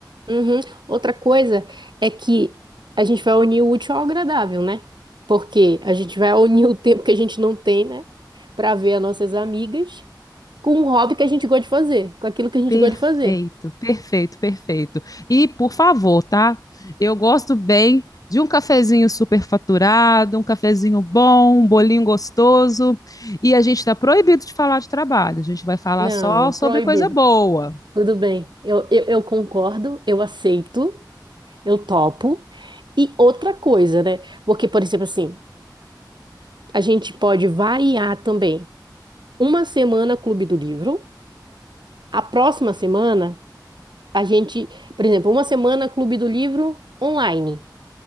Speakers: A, on the right; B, on the left.
A: uhum, outra coisa é que a gente vai unir o útil ao agradável, né? Porque a gente vai unir o tempo que a gente não tem, né? Para ver as nossas amigas. com um hobby que a gente gosta de fazer, com aquilo que a gente
B: Perfeito,
A: gosta de fazer.
B: perfeito, perfeito. E, por favor, tá? Eu gosto bem de um cafezinho superfaturado, um cafezinho bom, um bolinho gostoso. E a gente está proibido de falar de trabalho, a gente vai falar
A: Não,
B: só sobre
A: proibido.
B: coisa boa.
A: Tudo bem. Eu, eu, eu concordo, eu aceito, eu topo. E outra coisa, né? Porque, por exemplo, assim, a gente pode variar também. Uma semana Clube do Livro, a próxima semana a gente, por exemplo, uma semana Clube do Livro online.